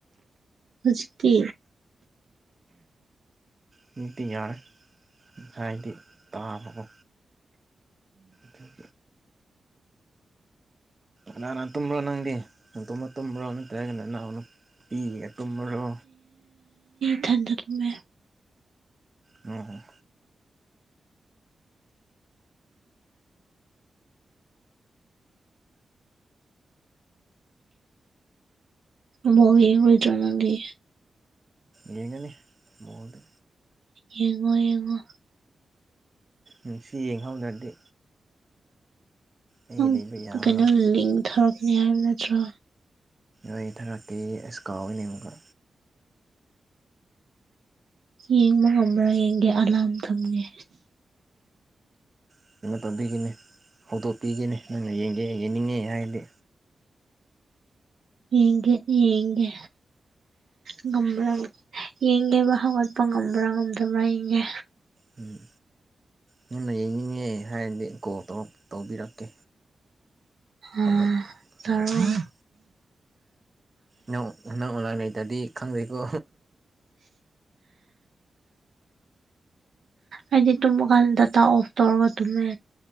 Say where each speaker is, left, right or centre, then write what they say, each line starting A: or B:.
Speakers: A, on the right; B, on the right.
A: ꯍꯧꯖꯤꯛꯇꯤ꯫
B: ꯍꯧꯖꯤꯛꯇꯤ ꯌꯥꯔꯦ ꯉꯥꯁꯥꯏꯗꯤ ꯇꯥꯕꯀꯣ꯫ ꯊꯝ ꯉꯥꯟꯅ ꯇꯨꯝꯕ꯭ꯔꯣ ꯅꯪꯗꯤ ꯅꯪ ꯅꯥꯇꯣꯝꯗ ꯇꯨꯝꯕ꯭ꯔꯣ ꯅꯠꯇꯔꯒꯅ ꯅꯅꯥꯎ ꯅꯨꯄꯤꯒ ꯇꯨꯝꯕ꯭ꯔꯣ꯫
A: ꯏꯊꯟꯗ ꯇꯨꯝꯃꯦ꯫
B: ꯑꯣ꯫
A: ꯕꯣꯜ ꯌꯦꯡꯉꯣꯏꯗꯔ ꯅꯪꯗꯤ꯫
B: ꯌꯦꯡꯒꯅꯤ꯫ ꯃꯣꯜꯗꯦ꯫
A: ꯌꯦꯡꯉꯣ ꯌꯦꯡꯉꯣ꯫
B: ꯎꯝ ꯁꯤ ꯌꯦꯡꯍꯧꯗ꯭ꯔꯗꯤ꯫ ꯑꯩ
A: ꯅꯪ
B: ꯂꯩꯕ ꯌꯥꯔꯔꯣꯏ
A: ꯀꯩꯅꯣ ꯂꯤꯡ ꯊꯥꯔꯛꯀꯅꯤ ꯍꯥꯏꯕ ꯅꯠꯇ꯭ꯔꯣ꯫
B: ꯂꯤꯡ ꯊꯥꯔꯛꯀꯦ ꯑꯁ ꯀꯥꯎꯋꯤꯅꯦ ꯑꯃꯨꯛꯀ꯫
A: ꯌꯦꯡꯕ ꯉꯝꯕ꯭ꯔꯥ ꯌꯦꯡꯒꯦ ꯑꯂꯥꯔꯝ ꯊꯝꯒꯦ꯫
B: ꯎ ꯀꯩꯅꯣ ꯇꯧꯕꯒꯤꯅꯦ ꯍꯧꯗꯣꯛ ꯄꯤꯒꯅꯤ ꯅꯪꯅ ꯌꯦꯡꯒꯦ ꯌꯦꯡꯅꯤꯡꯉꯦ ꯍꯥꯏꯔꯗꯤ꯫
A: ꯌꯦꯒꯦꯗꯤ ꯌꯦꯒꯦ ꯉꯥꯝꯕꯔꯅ꯫ ꯌꯦꯡꯒꯦꯕ ꯍꯧꯒꯠꯄ ꯉꯝꯕ꯭ꯔꯥ ꯉꯝꯗꯕ꯭ꯔꯥ ꯌꯦꯡꯒꯦ꯫
B: ꯎꯝ꯫ ꯅꯪꯅ ꯌꯦꯡꯅꯤꯡꯉꯦ ꯍꯥꯏꯔꯗꯤ ꯀꯣꯜ ꯇꯧꯕꯤꯔꯛꯀꯦ꯫
A: ꯑ
B: ꯍꯧꯒꯠ
A: ꯇꯔꯣꯛ꯫
B: ꯍꯧꯒꯠꯄꯤ ꯅꯪ ꯅꯪ ꯑꯣꯂꯥꯏꯟ ꯂꯩꯇ꯭ꯔꯗꯤ ꯈꯪꯗꯦꯀꯣ꯫
A: ꯑꯩꯗꯤ ꯇꯨꯝꯃꯀꯥꯟꯗ ꯗꯇꯥ ꯑꯣꯐ ꯇꯧꯔꯒ ꯇꯨꯝꯃꯦ꯫